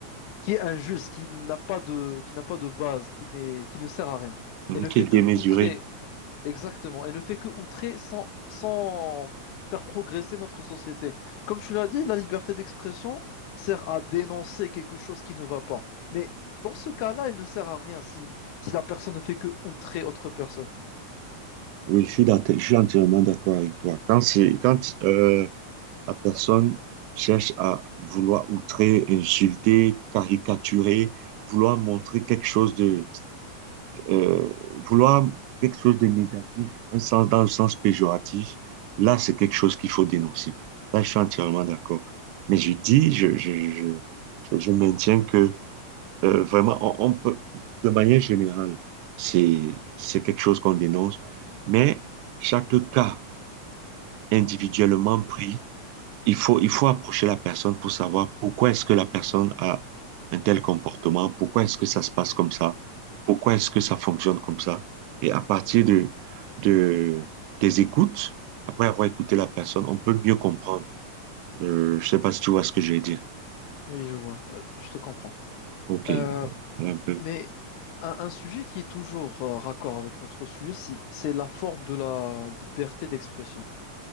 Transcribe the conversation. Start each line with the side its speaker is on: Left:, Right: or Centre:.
Left: qui est injuste, qui n'a pas de, qui n'a pas de base, qui n'est, qui ne sert à rien.
Right: Mhm,
Left: Et ne
Right: qui
Left: fait
Right: est démesuré.
Left: que outrer, exactement, et ne fait que outrer sans, sans faire progresser notre société. Comme tu l'as dit, la liberté d'expression sert à dénoncer quelque chose qui ne va pas. Mais dans ce cas-là, elle ne sert à rien si, si la personne ne fait que outrer autre personne.
Right: Oui, je suis, d'atte- je suis entièrement d'accord avec toi. Quand c'est, quand euh, la personne cherche à vouloir outrer, insulter, caricaturer, vouloir montrer quelque chose de, euh, vouloir quelque chose de négatif, un sens dans le sens péjoratif, là, c'est quelque chose qu'il faut dénoncer. Là, je suis entièrement d'accord. Mais je dis, je, je, je, je, je maintiens que Euh, vraiment, on, on peut, de manière générale, c'est, c'est quelque chose qu'on dénonce, mais chaque cas individuellement pris, il faut, il faut approcher la personne pour savoir pourquoi est-ce que la personne a un tel comportement, pourquoi est-ce que ça se passe comme ça, pourquoi est-ce que ça fonctionne comme ça. Et à partir de, de, des écoutes, après avoir écouté
Left: Oui,
Right: la personne, on peut mieux comprendre. Euh, je sais pas si tu vois ce que je vais dire.
Left: oui, je vois, Euh, je te comprends.
Right: OK.
Left: Euh,
Right: Voilà un peu.
Left: mais un, un sujet qui est toujours euh, raccord avec notre sujet, si- c'est la forme de la liberté d'expression.